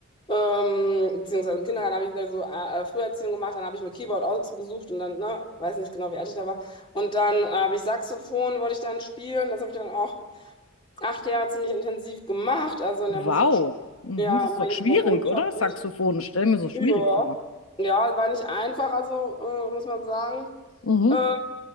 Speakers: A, on the left; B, on the left.
A: ähm, beziehungsweise im Kindergarten habe ich gleich so äh, äh, Früherziehung gemacht. Dann habe ich mir Keyboard ausgesucht und dann, ne, weiß nicht genau, wie alt ich da war. Und dann habe ich Saxophon, wollte ich dann spielen. Das habe ich dann auch acht Jahre ziemlich intensiv gemacht. Also in
B: Wow.
A: der Musikschule,
B: Mhm,
A: ja,
B: das ist
A: mal
B: doch
A: jede
B: schwierig,
A: Woche Unterricht.
B: oder? Saxophon, stell mir so schwierig
A: Ja.
B: vor.
A: Ja, es war nicht einfach, also äh, muss man sagen.
B: Mhm.
A: Ähm,